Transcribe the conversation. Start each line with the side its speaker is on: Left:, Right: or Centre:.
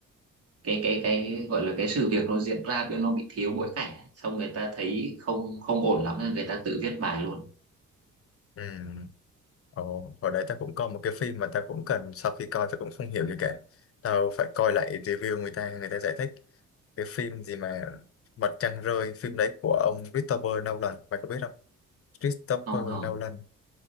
Right: cái cái cái gọi là cái sự việc nó diễn ra với nó bị thiếu bối cảnh xong người ta thấy không không ổn lắm nên người ta tự viết bài luôn
Left: ừ. Ồ, hồi đấy ta cũng coi một cái phim mà ta cũng cần sau khi coi ta cũng không hiểu gì cả tao phải coi lại review người ta người ta giải thích cái phim gì mà Mặt trăng rơi phim đấy của ông Christopher Nolan mày có biết không Christopher
Right: không không
Left: Nolan